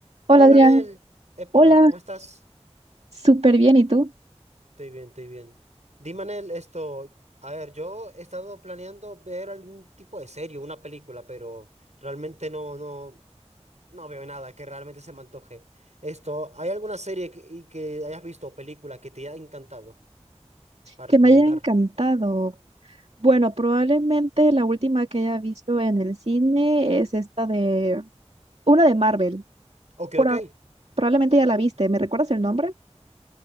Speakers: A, on the right; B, on the right.
A: Hola
B: Hola,
A: Adrián,
B: Nel. Epa,
A: hola,
B: ¿cómo estás?
A: súper bien, ¿y tú?
B: Estoy bien, estoy bien. Dime, Nel, esto. A ver, yo he estado planeando ver algún tipo de serie, una película, pero realmente no, no, no veo nada que realmente se me antoje. Esto, ¿hay alguna serie que, y que hayas visto o película que te haya encantado para
A: Que
B: recomendar?
A: me haya encantado. Bueno, probablemente la última que haya visto en el cine es esta de... Una de Marvel.
B: Ok,
A: Pro-
B: ok.
A: probablemente ya la viste. ¿Me recuerdas el nombre?